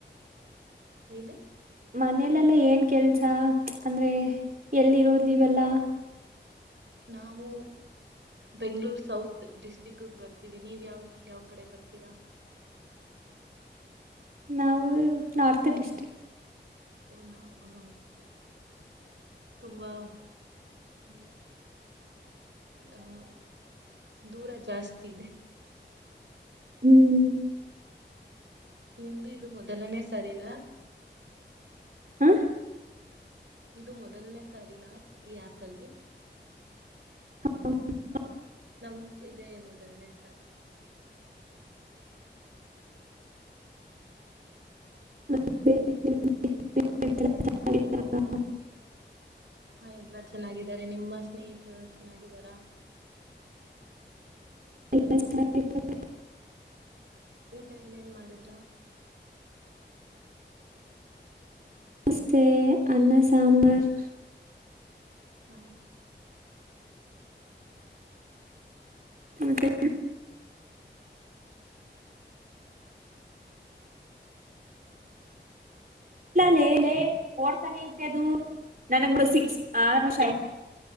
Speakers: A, on the right; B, on the right.
A: ನಿನು
B: ಮನೇಲೆಲ್ಲ ಏನ್ ಕೆಲ್ಸ ಅಂದ್ರೆ ಎಲ್ಲಿ ಇರೋದ್ ನೀವೆಲ್ಲಾ?
A: ನಾವು ಬೆಂಗ್ಳೂರ್ ಸೌತ್ ಡಿಸ್ಟ್ರಿಕ್ಕಗ್ ಬರ್ತೀವಿ ನೀವು ಯಾವ ಯಾವ ಕಡೆ ಬರ್ತೀರಾ?
B: ನಾವು ನಾರ್ತ್ ಡಿಸ್ಟ್ರಿಕ್.
A: ಓಹ್ ನಾ <unintelligible> ತುಂಬಾ
B: ಹ್ಮ್
A: ಅ ದೂರ ಜಾಸ್ತಿ ಇದೆ
B: ಹ್ಮ್
A: ನಿಮ್ದು ಇದು ಮೊದಲನೇ ಸರಿನ?
B: ಆ
A: ಇದು ಮೊದಲನೇ ಸಾರಿನ ಈ ಆ್ಯಪಲ್ಲಿ,
B: <unintelligible>
A: ನಮ್ದು ಇದೇ ಮೋ ಸರಿನೆ ಸಾ
B: <inaudible>
A: ಹಾ ಎಲ್ಲಾ ಚೆನ್ನಾಗಿದ್ದಾರೆ ನಿಮ್ಮ ಸ್ನೇಹಿತರು ಚೆನ್ನಾಗಿದಾರ
B: ಎಲ್ಲಾ ಚೆನ್ನಾಗಿದ್ದಾರೆ
A: ಊಟ ಏನೇನ್ ಮಾಡಿದ್ರ
B: ದೋಸೆ ಅನ್ನ ಸಾಂಬಾರ್
A: ಹ
B: ಮತ್ತೆ ಲೇ ಲೇ ಓಡ್ತಾನೆ ಆಯ್ತೆ ಅದು ನನಗೆ ಸಿಕ್ಸ್ ಆರು ನಿಮಿಷ